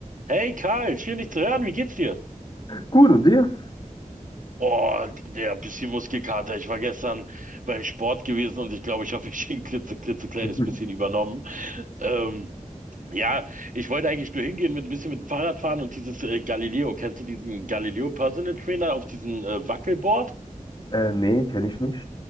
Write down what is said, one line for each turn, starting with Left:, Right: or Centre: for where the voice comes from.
Right: Hey Karl, schön dich zu hören. Wie geht's dir?
Left: Gut, und dir?
Right: Oh, der bisschen Muskelkater. Ich war gestern beim Sport gewesen und ich glaube, ich habe mich <laughs> ein klitze, klitzekleines
Left: Mhm.
Right: bisschen übernommen. Ähm, ja, ich wollte eigentlich nur hingehen mit ein bisschen mit dem Fahrrad fahren und dieses äh, Galileo. Kennst du diesen Galileo Personal Trainer auf diesem äh, Wackelboard?
Left: Äh, nee, kenne ich nicht.